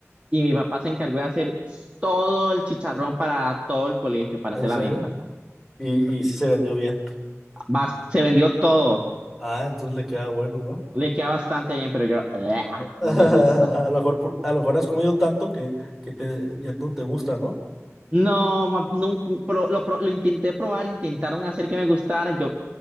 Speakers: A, on the right; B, in the centre.
A: y mi papá se encargó de hacer s- todo el chicharrón para todo el colegio, para
B: ¿En
A: hacer
B: serio?
A: la venta.
B: Y, y sí se vendió bien.
A: Bas- se vendió todo,
B: Ah, entonces le queda bueno, ¿no?
A: le queda bastante bien, pero yo, ¡ah!
B: <laughs> A
A: no me gusta.
B: lo mejor, por- a lo mejor has comido tanto que, que te, ya no te gusta, ¿no?
A: No, ma- no, pro- lo, pro- lo intenté probar, intentaron hacer que me gustara, yo,